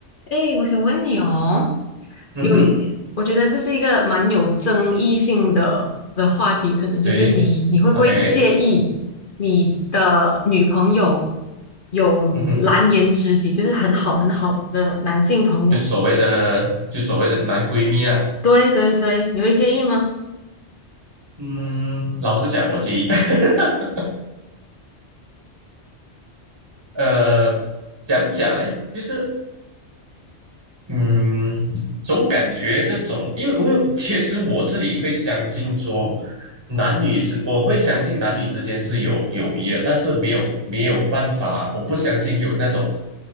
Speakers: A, on the left; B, on the right.
A: 哎，我想问你哦，
B: 嗯哼，
A: 有一，我觉得这是一个蛮有争议性的的话题，可能就是你，
B: 对
A: 你会不会介意
B: ，OK，
A: 你的女朋友有蓝颜知己，
B: 嗯哼，
A: 就是很好很好的男性朋友？
B: 就所谓的就所谓的男闺蜜啊，
A: 对对对，你会介意吗？
B: 嗯，老实讲，我自己 <laughs>，呃，讲讲呢，就是嗯，总感觉这种，因为我有，其实我这里会相信说，男女是，我会相信男女之间是有友谊的，但是没有没有办法，我不相信有那种